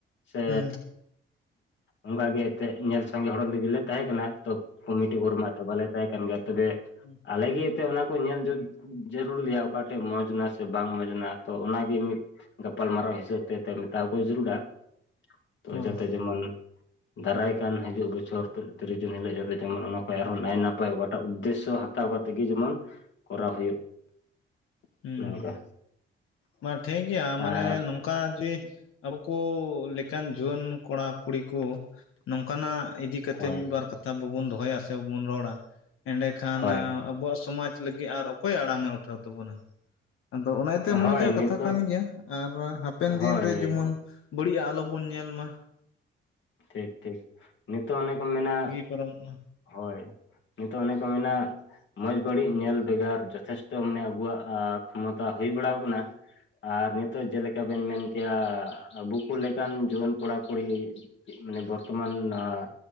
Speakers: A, on the left (about 60°); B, on the left (about 80°).
A: ᱥᱮ
B: ᱦᱩᱸ
A: ᱚᱱᱠᱟᱜᱮ ᱛᱮᱜ ᱧᱮᱞ ᱥᱟᱸᱜᱮ ᱦᱚᱲ ᱞᱟᱹᱜᱤᱞᱮ ᱛᱟᱦᱮᱸ ᱠᱟᱱᱟ ᱛᱚ ᱠᱩᱢᱤᱴᱤ ᱦᱚᱲ ᱢᱟ ᱛᱮ ᱵᱟᱞᱮ ᱛᱟᱦᱮ ᱠᱟᱱ ᱜᱮ ᱛᱚᱵᱮ
B: ᱦᱩᱸ
A: ᱟᱞᱮᱜᱮ ᱮᱛᱮ ᱚᱱᱟ ᱠᱚ ᱧᱮᱞ ᱡᱩᱛ ᱡᱟᱹᱨᱩᱨ ᱞᱮᱭᱟ ᱚᱠᱟ ᱴᱷᱮᱡ ᱢᱚᱸᱡᱽ ᱮᱱᱟ ᱥᱮ ᱵᱟᱝ ᱢᱚᱸᱡᱽ ᱮᱱᱟ ᱛᱚ ᱚᱱᱟᱜᱮ ᱢᱤᱫ ᱜᱟᱯᱟᱞᱢ ᱢᱟᱨᱟᱣ ᱦᱤᱥᱟᱹᱵ ᱛᱮ ᱛᱚ ᱢᱮᱛᱟᱣ ᱠᱚ ᱡᱟᱹᱨᱩᱲᱟ ᱛᱚ
B: ᱚ
A: ᱡᱟᱛᱮ ᱡᱮᱢᱚᱱ ᱫᱟᱨᱟᱭ ᱠᱟᱱ ᱦᱤᱡᱩᱜ ᱵᱚᱪᱷᱚᱨ ᱛᱤᱨᱤᱥ ᱡᱩᱱ ᱦᱤᱞᱳᱜ ᱡᱟᱛᱮ ᱡᱮᱢᱚᱱ ᱚᱱᱟ ᱠᱷᱚᱱ ᱟᱨᱦᱚᱸ ᱱᱟᱭ ᱱᱟᱯᱟᱭ ᱚᱠᱟᱴᱟᱜ ᱩᱫᱽᱫᱮᱥᱚ ᱛᱟᱞᱟ ᱛᱤᱜᱤ ᱡᱮᱢᱚᱱ ᱠᱚᱨᱟᱣ ᱦᱩᱭᱩᱜ
B: ᱦᱩᱸ
A: ᱱᱚᱝᱠᱟ
B: ᱢᱟ ᱴᱷᱤᱠ ᱜᱮᱭᱟ ᱢᱟᱱᱮ
A: ᱟᱨ
B: ᱱᱚᱝᱠᱟ ᱜᱮ ᱟᱵᱚ ᱠᱚ ᱞᱮᱠᱟᱱ ᱡᱩᱣᱟᱹᱱ ᱠᱚᱲᱟ ᱠᱩᱲᱤ ᱠᱚ ᱱᱚᱝᱠᱟᱱᱟᱜ ᱤᱫᱤ ᱠᱟᱛᱮᱫ
A: ᱦᱳᱭ
B: ᱢᱤᱫ ᱵᱟᱨ ᱠᱟᱛᱷᱟ ᱵᱟᱵᱚᱱ ᱫᱚᱦᱚᱭᱟ ᱥᱮ ᱵᱟᱵᱚᱱ ᱨᱚᱲᱟ ᱮᱸᱰᱮᱠᱷᱟᱱ
A: ᱦᱳᱭ
B: ᱟᱵᱚᱣᱟᱜ ᱥᱚᱢᱟᱡᱽ ᱞᱟᱹᱜᱤᱫ ᱟᱨ ᱚᱠᱚᱭ ᱟᱲᱟᱝ ᱮ ᱩᱴᱷᱟᱹᱣ ᱛᱟᱵᱚᱱᱟ ᱟᱫᱚ ᱚᱱᱟ ᱛᱮ
A: ᱦᱳᱭ
B: ᱢᱚᱡᱽ ᱠᱟᱛᱷᱟ
A: ᱱᱤᱛᱚᱜ
B: ᱠᱟᱱ ᱜᱮᱭᱟ ᱟᱨ ᱦᱟᱯᱮᱱ
A: ᱦᱳᱭ
B: ᱫᱤᱱᱨᱮ ᱡᱮᱢᱚᱱ ᱵᱟᱹᱲᱤᱡ ᱟᱜ ᱟᱞᱚᱵᱚᱱ ᱧᱮᱞ ᱢᱟ
A: ᱴᱷᱤᱠ ᱴᱷᱤᱠ ᱱᱤᱛᱚᱜ ᱚᱱᱮᱠᱚ ᱢᱮᱱᱟ
B: ᱯᱟᱨᱢᱚᱜ ᱢᱟ
A: ᱦᱳᱭ ᱱᱤᱛᱚᱜ ᱚᱱᱮ ᱠᱚ ᱢᱮᱱᱟ ᱢᱚᱸᱡᱽ ᱵᱟᱹᱲᱤᱡ ᱧᱮᱞ ᱵᱷᱮᱜᱟᱨ ᱡᱚᱛᱷᱮᱥᱴᱚ ᱢᱟᱱᱮ ᱟᱵᱚᱣᱟᱜ ᱠᱷᱚᱢᱚᱛᱟ ᱦᱩᱭ ᱵᱟᱲᱟᱣ ᱟᱠᱟᱱᱟ ᱟᱨ ᱱᱤᱛᱚᱜ ᱡᱮᱞᱮᱠᱟ ᱵᱮᱱ ᱢᱮᱱ ᱠᱮᱜ-ᱟ ᱟᱵᱩᱠᱚ ᱞᱮᱠᱟᱱ ᱡᱩᱣᱟᱹᱱ ᱠᱚᱲᱟ ᱠᱩᱲᱤ ᱢᱟᱱᱮ ᱵᱚᱨᱛᱚᱢᱟᱱ ᱟᱸ